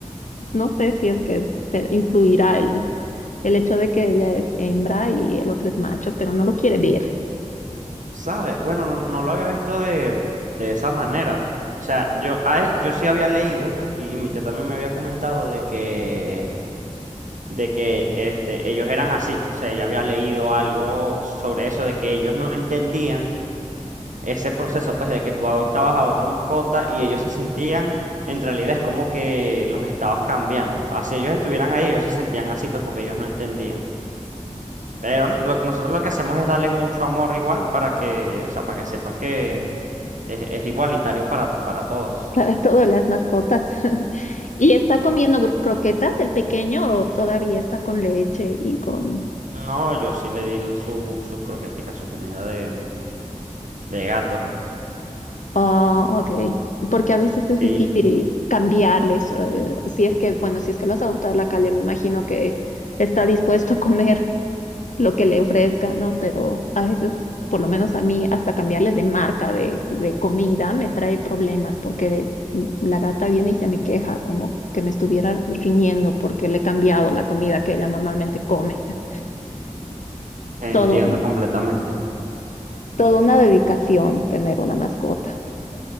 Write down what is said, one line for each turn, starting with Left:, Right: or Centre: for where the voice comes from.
Left: no sé si es que te- influirá el, el hecho de que ella es hembra y el otro es macho, pero no lo quiere ver.
Right: ¿Sabe? Bueno, no, no lo había visto de, de esa manera. O sea, yo, a e- yo sí había leído, y, y mi tía también me había comentado de que, de que este, ellos eran así. O sea, ella había leído algo sobre eso, de que ellos no entendían. ese proceso, pues, de que tú adoptabas a otra mascota y ellos se sentían, en realidad es como que los estabas cambiando. Así ellos estuvieran ahí, ellos se sentían así, pues, porque ellos no entendían. Pero no, lo- nosotros lo que hacemos es darle mucho amor igual para que, o sea, para que sepa que es, es igualitario para, para todos.
Left: para todas las mascotas. <laughs> ¿Y está comiendo gro- croquetas el pequeño o todavía está con leche y con...
Right: No, yo sí le di el- su, sus croqueticas, su comida de, de gato.
Left: Oh, ok. Porque a veces es
Right: Sí.
Left: difícil cambiarles. eh, si es que, bueno, si es que los adopta a la calle, me imagino que está dispuesto a comer lo que le ofrezcan, ¿no? Pero a veces, por lo menos a mí, hasta cambiarles de marca de, de comida me trae problemas porque de- mm, la gata viene y se me queja como que me estuviera riñendo porque le he cambiado la comida que ella normalmente come. <laughs>
Right: Entiendo
Left: Todo,
Right: completamente.
Left: toda una dedicación tener una mascota.